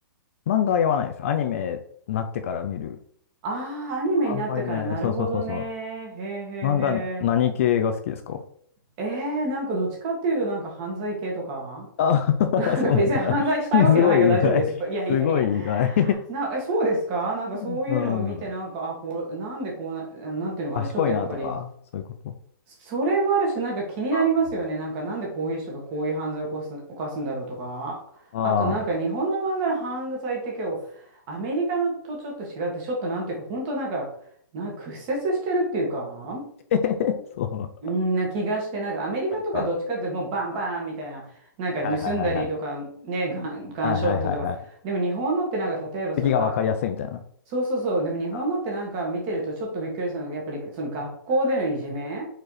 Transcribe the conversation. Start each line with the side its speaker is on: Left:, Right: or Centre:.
Left: 漫画は読まないです。アニメになってから見る。
Right: ああー、アニメになってからなるほどね。
Left: あんまりね、そうそうそうそ
Right: へえへ
Left: う。漫画何系が好きですか
Right: えへええなんかどっちかっていうと、なんか犯罪系とか、
Left: あ、<laughs>
Right: <laughs> なんか別に犯罪したいわけじゃないから大丈夫ですよ。
Left: そうなんだ。<laughs> すごい意外。
Right: <laughs> いやいやいや。
Left: すごい意外。
Right: な、え、そうですかなんかそういうのを見て、
Left: <laughs> うん。
Right: なんか、あ、こう、なんでこうな、なんていうのかな、
Left: 賢いなとか、
Right: ちょっとやっぱり、
Left: そういうこと。
Right: それもあるし、なんか気になりますよね。
Left: あ
Right: なんか、なんでこういう人がこういう犯罪を起こす、犯すんだろうとか。
Left: あ、
Right: あと、なんか日本の漫画の犯罪って今日、
Left: ああ、
Right: アメリカのとちょっと違って、ちょっとなんていうか、本当なんか、なんか屈折してるっていうか、
Left: <laughs> えへへそう。
Right: うんな気がして、なんかアメリカとかどっちかってもうバンバンみたいな、
Left: なんか、うん
Right: なんか盗んだりとかね、
Left: はいはいはいはい。
Right: ガン、ガンショットとか。
Left: はいはいはいはい。
Right: でも日本のってなんか例えばそのが、
Left: 敵が分かりやすいみたいな。
Right: そうそうそう、でも日本のってなんか見てるとちょっとびっくりするのが、
Left: あ、
Right: やっぱりその学校でのいじめ